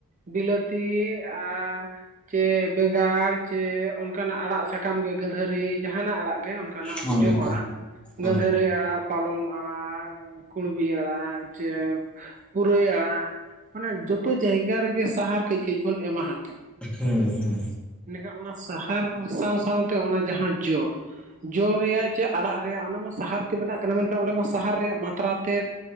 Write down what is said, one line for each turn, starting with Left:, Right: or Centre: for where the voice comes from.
Right: ᱵᱤᱞᱟᱹᱛᱤ ᱟᱨ ᱡᱮ ᱵᱮᱸᱜᱟᱲ ᱡᱮ ᱚᱱᱠᱟᱱᱟᱜ ᱟᱲᱟᱜ ᱥᱟᱠᱟᱢ ᱜᱮ ᱜᱟᱺᱫᱷᱟᱹᱨᱤ ᱡᱟᱦᱟᱱᱟᱜ ᱟᱲᱟᱜ ᱜᱮ ᱚᱱᱠᱟᱱᱟᱜ ᱟᱵᱚ
Centre: ᱦᱳᱭ
Right: ᱡᱚᱢ
Centre: ᱦᱳᱭ
Right: ᱟᱲᱟᱜ
Centre: ᱦᱳᱭ
Right: ᱜᱟᱺᱫᱷᱟᱹᱨᱤ ᱟᱲᱟᱜ, ᱯᱟᱞᱚᱱ ᱟᱲᱟᱜ ᱠᱩᱬᱵᱤ ᱟᱲᱟᱜ ᱪᱮ ᱯᱩᱨᱟᱹᱭ ᱟᱲᱟᱜ ᱢᱟᱱᱮ ᱡᱚᱛᱚ ᱡᱟᱭᱜᱟ ᱨᱮᱜᱮ ᱥᱟᱦᱟᱨ ᱠᱟᱹᱡ ᱠᱟᱹᱡ ᱵᱚᱱ ᱮᱢᱟᱦᱟᱜ ᱠᱟᱱᱟ᱾
Centre: ᱦᱩᱸ ᱦᱩᱸ,
Right: ᱮᱱᱮᱠᱷᱟᱱ ᱚᱱᱟ ᱥᱟᱦᱟᱨ ᱥᱟᱶ ᱥᱟᱶᱛᱮ ᱚᱱᱟ ᱡᱟᱦᱟᱸ ᱡᱚ, ᱡᱚ ᱨᱮᱭᱟᱜ ᱪᱮ ᱟᱲᱟᱜ ᱨᱮᱭᱟᱜ ᱚᱱᱟᱢᱟ ᱥᱟᱦᱟᱨ ᱛᱮ ᱵᱮᱱᱟᱜ ᱠᱟᱱᱟ, ᱢᱮᱱᱠᱷᱟᱱ ᱚᱸᱰᱮ ᱢᱟ ᱥᱟᱦᱟᱨ ᱨᱮᱭᱟᱜ ᱢᱟᱛᱨᱟ ᱛᱮᱫ